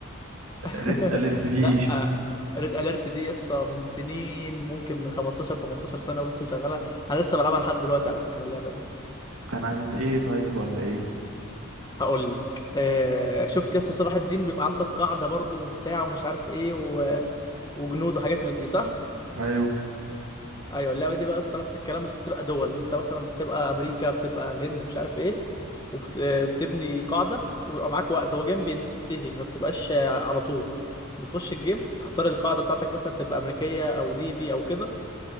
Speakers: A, on the left; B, on the right.
A: <laughs>
B: ريد اليرت دي
A: لا ريد اليرت دي يا اسطى من سنين ممكن من 15 18 سنه ولسه شغاله انا لسه بلعبها لحد دلوقتي على فكره اللعبه دي
B: <laughs> كان عن ايه طيب ولا ايه
A: هقول لك آه شفت يا اسطى صلاح الدين بيبقى عندك قاعده برضو وبتاع ومش عارف ايه و... وجنود وحاجات من دي صح
B: ايوه
A: ايوه اللعبه دي بقى يا اسطى نفس الكلام بس بتبقى دول انت مثلا بتبقى امريكا بتبقى الهند مش عارف ايه وبتبني قاعده وبيبقى معاك وقت هو جيم بينتهي ما بتبقاش آه، على طول بتخش الجيم تختار القاعده بتاعتك مثلا تبقى امريكيه او ليبي او كده